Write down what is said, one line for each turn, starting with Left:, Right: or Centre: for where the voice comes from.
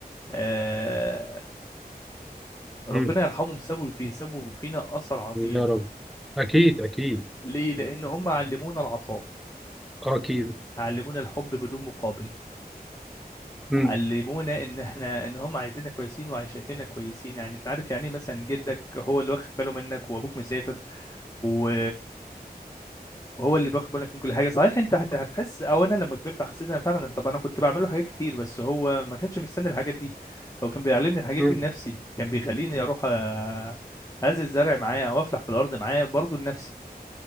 Left: آه ربنا
Centre: مم.
Left: يرحمهم سابوا في سابوا فينا اثر عظيم
Centre: يا رب أكيد أكيد
Left: ليه لان هم علمونا العطاء
Centre: اه أكيد
Left: علمونا الحب بدون مقابل
Centre: مم.
Left: علمونا ان احنا ان هم عايزيننا كويسين وشايفيننا كويسين يعني انت عارف يعني ايه مثلا جدك هو اللي واخد باله منك وابوك مسافر و وهو اللي بياخد بالك من كل حاجه صحيح انت هت- هتحس او انا لما كبرت حسيت ان فعلا طب انا كنت بعمل له حاجات كتير بس هو ما كانش مستني الحاجات دي هو كان بيعلمني الحاجات
Centre: مم.
Left: دي لنفسي كان بيخليني اروح أ- ازرع الزرع معاه او افلح في الارض معاه برضه لنفسي